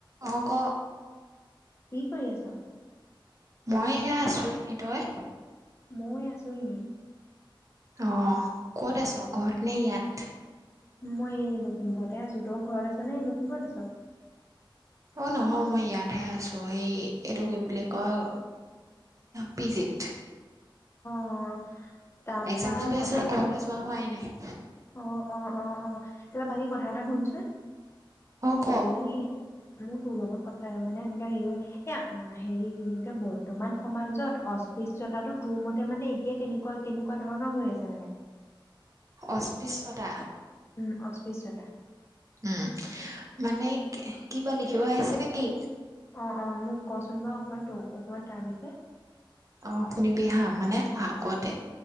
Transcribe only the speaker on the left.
কি কৰি আছ?
মই আছোঁ এনে।
মই এই লখিমপুৰতে আছো তোৰ ঘৰত আছ নে লখিমপুৰত আছ?
অ তাৰপা
কথা
অ অ অ অ তিবাৰ বাকী কথা এটা শুনচোন।
হেৰি মো তোৰ লগত কথা মানে এনে হেৰি এ হেৰি কি বুলিয়া বৰ্তমান সমাজত অস্পৃশ্য়তাটো তোৰ মতে মানে এতিয়া কেনেকুৱা কেনেকুৱা ধৰণৰ হৈ আছে মানে।
উম অস্পৃশ্যতা।
অঁ অঁ মোক কচোন বাৰু অকণমান তোক অকণমান তাৰ বিষয়ে।